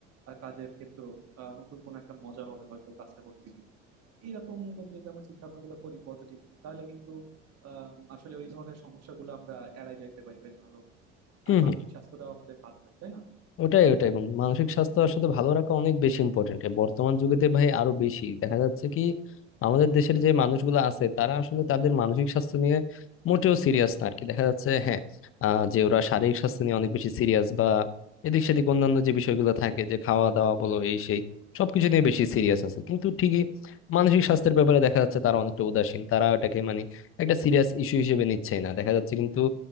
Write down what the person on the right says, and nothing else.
আহ, কাজের ক্ষেত্র আহ, নতুন কোনো একটা মজা হবে হয়তো কাজটা করতে গিয়ে এরকম করে যদি আমরা চিন্তা ভাবনা গুলো করি পজিটিভলি তাহলে কিন্তু আহ আসলে ওই ধরনের সমস্যাগুলো আমরা এড়াই যাইতে পারি বেশ ভালো
আর মানসিক স্বাস্থ্যটাও আমাদের ভালো হয় তাই না